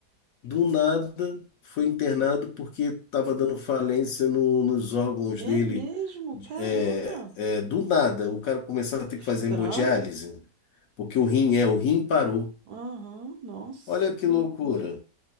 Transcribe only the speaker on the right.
É
mesmo? Caramba!
Estranho?
Aham, Nossa,
que
loucura.